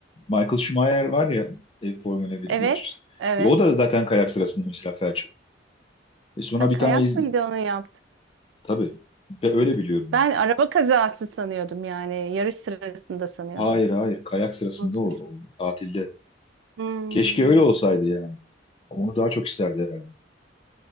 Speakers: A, on the left; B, on the right.
A: Michael Schumacher var ya e, Formula bir
B: Evet,
A: yarışçısı.
B: evet.
A: E, o da zaten kayak sırasında mesela felç. E, sonra
B: Ha
A: bir
B: kayak
A: tane iz...
B: mıydı onu yaptı?
A: Tabii. Ve öyle biliyorum
B: Ben
A: ben.
B: araba kazası sanıyordum yani yarış sırasında sanıyordum.
A: Hayır hayır kayak sırasında
B: Unutmuşum.
A: o, o tatilde.
B: Hmm.
A: Keşke öyle olsaydı yani. Onu daha çok isterdi herhalde.